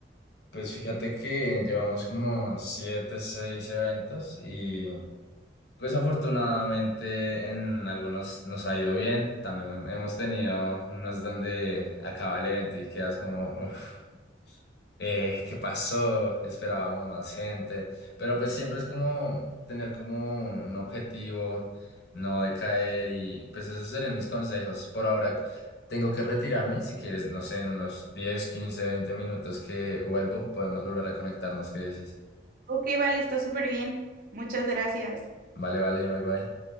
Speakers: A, on the left; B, on the right.
A: Pues fíjate que llevamos como siete, seis eventos y Pues afortunadamente en algunos nos ha ido bien. También hemos tenido unos donde acaba el evento y quedas como, "Uf, eh, ¿qué pasó? Esperábamos más gente. Pero pues siempre es como tener como un objetivo, no decaer y pues esos serían mis consejos. Por ahora tengo que retirarme. Si quieres, no sé, en unos 10, 15, 20 minutos que vuelvo, podemos volver a conectarnos. ¿Qué dices?
B: Ok, vale, está súper bien. Muchas gracias.
A: Vale, vale, bye bye.